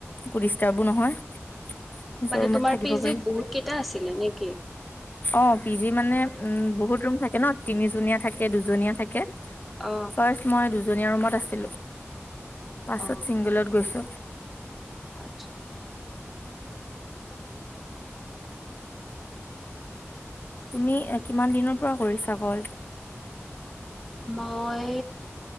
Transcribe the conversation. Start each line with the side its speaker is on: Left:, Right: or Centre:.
Left: একো ডিষ্টাৰ্বো নহয় নিজৰ
Centre: মানে
Left: ৰুমত
Centre: তোমাৰ
Left: থাকিব
Centre: পি
Left: পাৰি।
Centre: জিত বহুত কেইটা আছিলে নেকি
Left: অ পি জি মানে উম বহুত ৰুম থাকে ন তিনিজনীয়া থাকে দুজনীয়া থাকে
Centre: অ
Left: ফষ্ট মই দু জনীয়া ৰুমত আছিলো পাছত
Centre: অ
Left: ছিংগলত গৈছো
Centre: আচ্ছা
Left: তুমি কিমান দিনৰ পৰা কৰিছা কল
Centre: মই